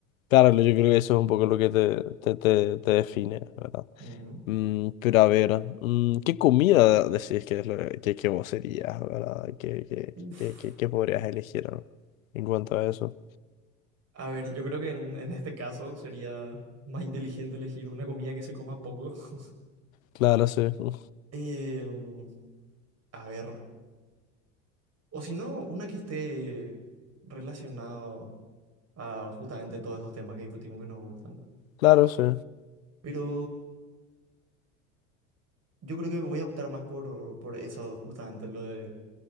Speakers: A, on the left; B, on the right.
A: Claro, yo creo que eso es un poco lo que te, te, te, te define, ¿verdad?
B: Ujú.
A: Mm, pero a ver, mm, ¿qué comida decís que, es lo que, que vos serías, ¿verdad? ¿Qué, qué,
B: Uf.
A: qué, qué, qué podrías elegir ¿no? en cuanto a eso?
B: A ver, yo creo que en, en este caso sería más inteligente elegir una comida que se coma poco. <laughs>
A: Claro, sí, mm,
B: Eh, mm, a ver, o si no, una que esté relacionada a justamente todos esos temas que discutimos que nos gustan.
A: claro, sí.
B: Pero yo creo que me voy a optar más por, por eso, justamente lo de